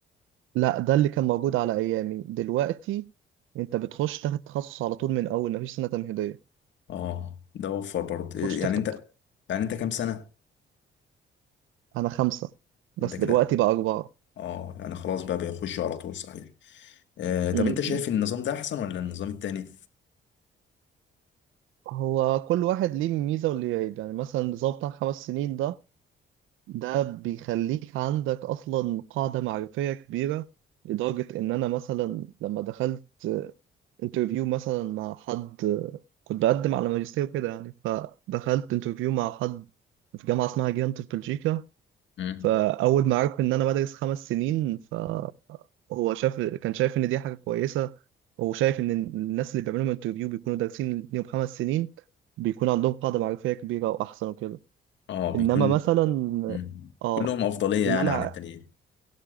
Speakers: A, on the right; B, on the left.
A: لا ده اللي كان موجود على ايامي دلوقتي انت بتخش تاخد تخصص على طول من اول مفيش سنه تمهيديه
B: اه ده وفر برضه
A: تخش
B: إيه،
A: تاخد
B: يعني انت يعني انت كام سنه
A: انا خمسه بس
B: انت كده
A: دلوقتي بقى اربعه
B: اه يعني خلاص بقى بيخشوا على طول صحيح آه طب
A: م-
B: انت شايف
A: م.
B: النظام ده احسن ولا النظام التاني
A: هو كل واحد ليه ميزه وليه عيب يعني مثلا النظام بتاع خمس سنين ده ده بيخليك عندك اصلا قاعده معرفيه كبيره لدرجه ان انا مثلا لما دخلت انترفيو مثلا مع حد كنت بقدم على ماجستير كده يعني فدخلت انترفيو مع حد في جامعه اسمها جيانت في بلجيكا
B: مم.
A: فأول ما عرف إن أنا بدرس خمس سنين فهو شاف كان شايف إن دي حاجة كويسة هو شايف إن الناس اللي بيعملوا انترفيو بيكونوا دارسين ليهم خمس سنين بيكون عندهم قاعدة معرفية كبيرة وأحسن وكده
B: اه
A: إنما
B: بيكون
A: مثلا
B: مم.
A: آه
B: كلهم افضليه
A: إنما
B: يعني عن التانيين